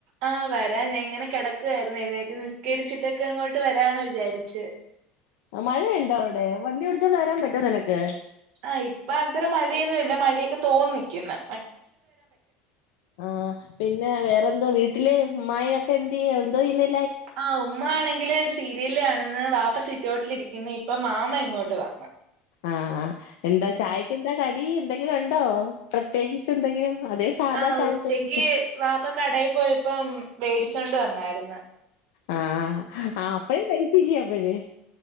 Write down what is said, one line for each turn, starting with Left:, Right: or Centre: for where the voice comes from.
Right: ആഹ് വരാ ഞാ ഇങ്ങനെ കെടക്കുവായ്രുന്നേ. എഴുന്നേറ്റ് നിസ്കരിച്ചിട്ടൊക്കെ അങ്ങോട്ട് വരാന്ന് വിചാരിച്ച്
Left: മഴയുണ്ടോ അവിടെ വണ്ടി പിടിച്ചോണ്ട് വരാൻ പറ്റോ നിനക്ക്?
Right: ആഹ് ഇപ്പൊ അത്ര മഴയൊന്നുല്ല. മഴയൊക്കെ തോന്നിക്ക്ന്നെ
Left: ആഹ് പിന്നെ വേറെന്തോ വീട്ടില് മ്മായിഒക്കെന്തേ എന്തോയ്യ്ന്ന്
Right: ആഹ് ഉമ്മാണെ ങ്കില് സീരിയലാണ്ന്ന് വാപ്പ സീറ്റോട്ടിലിരിക്കുന്ന് ഇപ്പം മാമ ഇങ്ങോട്ട് വന്ന്
Left: ആ ആഹ് എന്താ
Right: ഉം
Left: ചായക്കെന്താ കടി എന്തെങ്കിലു ഉണ്ടോ പ്രത്യേകിച്ച് എന്തെങ്കിലും അതേ സാധാ
Right: ആഹ്
Left: ചായക്കടി
Right: ഉച്ചക്ക് വാപ്പ കടയിൽ പോയപ്പം മേടിച്ചോണ്ട് വന്നായിര്ന്ന്
Left: ആഹ് ആഹ് അപ്പഴേ കഴിച്ചില്ലേ അപ്പഴ്